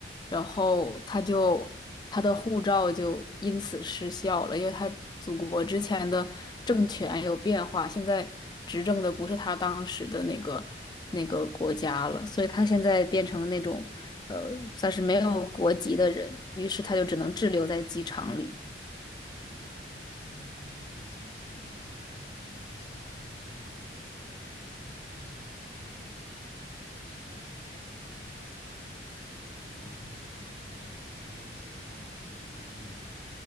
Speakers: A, on the left; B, on the left.
A: 然后他就他的护照就因此失效了，因为他祖国之前的政权有变化，现在执政的不是他当时的那个那个国家了，所以他现在变成那种。呃，算是没有国籍的人，于是他就只能滞留在机场里。
B: 哦，一听说你这个剧情，我想起来了，我是看过的，只是我可能有点忘了。哦，当时那个剧情确实还是挺脑洞就感觉挺大的就是没有想到过这个方面吧，